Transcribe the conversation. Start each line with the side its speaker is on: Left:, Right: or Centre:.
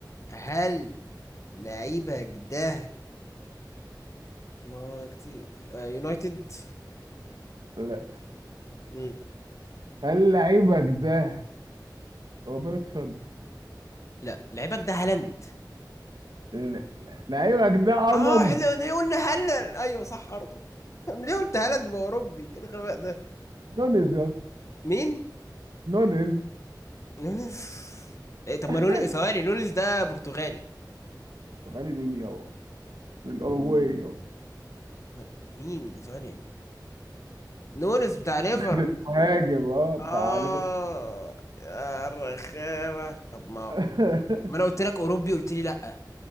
Left: هل لعيبك ده ما هو كتير آه، يونايتد
Right: لا
Left: مم.
Right: هل لعيبك ده روبرتسون؟
Left: لا لعيبك ده هالاند
Right: لا لعيبك ده ارنولد
Left: اه احنا ليه قلنا هالاند ايوه صح ارض انا ليه قلت هالاند ما هو اوروبي ايه الغباء ده
Right: نونيز يا اسطى
Left: مين
Right: نونيز
Left: نونس إيه طب
Right: <laughs>
Left: ما نونس ثواني نونس ده برتغالي
Right: غالي مين يابا؟ من الاوروجواي يابا
Left: ما- مين ثواني نونس بتاع ليفر
Right: نونيز المهاجم اه بتاع
Left: اه
Right: ليفربول
Left: يا رخامه طب ما
Right: <laughs>
Left: ما انا قلت لك اوروبي قلت لي لا